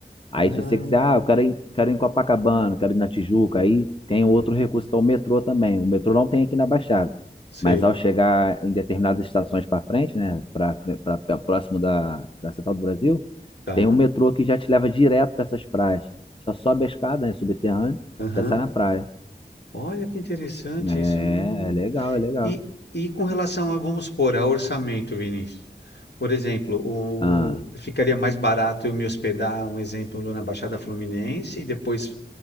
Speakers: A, on the left; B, on the left.
A: Aí,
B: Ah,
A: se você quiser, ah, eu quero ir, quero ir em Copacabana, quero ir na Tijuca, aí tem um outro recurso que é o metrô também. O metrô não tem aqui na Baixada,
B: sei,
A: mas ao chegar em determinadas estações para frente, né, para próximo da, da Central do Brasil,
B: tá.
A: tem o metrô que já te leva direto para essas praias. Só sobe a escada, né, subterrâneo,
B: Aham.
A: já sai na praia.
B: Olha que interessante,
A: É,
B: isso eu não.
A: é legal, é legal.
B: E, e com relação a, vamos supor, a orçamento, Vinícius. Por exemplo, o,
A: Ah.
B: ficaria mais barato eu me hospedar, um exemplo, na Baixada Fluminense e depois